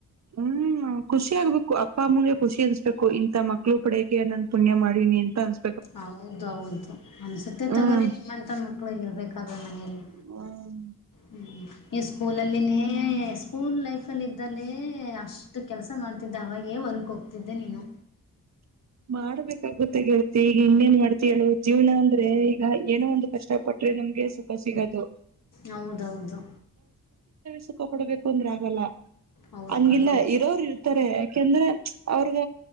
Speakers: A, on the right; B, on the left.
A: ಹ್ಮ್ ಖುಷಿ ಆಗ್ಬೇಕು ಅಪ್ಪ ಅಮ್ಮಗೆ ಖುಷಿ ಅನ್ಸ್ಬೇಕು ಇಂತ ಮಕ್ಳು ಪಡಿಯಕೆ ನಾನು ಪುಣ್ಯ ಮಾಡೀಿನಿ ಅಂತ ಅನ್ಸ್
B: ಹೌದು ಹೌದು ನನ್ ಸತ್ತ
A: ಹ್ಮ್
B: ತಗೋರಿ ನಿಮ್ಮಂತ ಮಕ್ಳು ಇರ್ಬೇಕಾದ್ರ ಮನೆಯಲ್ಲಿ
A: ಹ್ಮ
B: ಹ್ಮ ಈ ಸ್ಕೂಲಲ್ಲಿ ಸ್ಕೂಲ್ ಲೈಫ ಅಲ್ಲಿ ಇದ್ದಲ್ಲಿ ಅಷ್ಟು ಕೆಲಸ ಮಾಡ್ತ ಅವವಾಗೇ ಹೊಲಕ್ ಹೋಗ್ತಿದ್ದೆ ನೀನು
A: ಮಾಡ್ಬೇಕ ಗತ್ತೆ ಗೇಳ್ತಿ ಈಗ ಇನ್ನೇನ್ ಮಾಡ್ತಿ ಹೇಳು ಜೀವನ ಅಂದ್ರೆ ಈಗ ಏನೋ ಒಂದು ಕಷ್ಟಪಟ್ಟ ಆದೆ ನಮ್ಗೆ ಸುಖ ಸಿಗೋದು
B: ಹೌದೌದು
A: ಸಕ ಕೊಡ್ಬೇಕು ಅಂದ್ರೆ ಆಗಲ್ಲ
B: ಹೌದು
A: ಹಂಗಿಲ್ಲ
B: ಕಣೋ
A: ಇರೋರು ಇರ್ತಾರೆ ಯಾಕಂದ್ರೆ ಅವ್ರಗ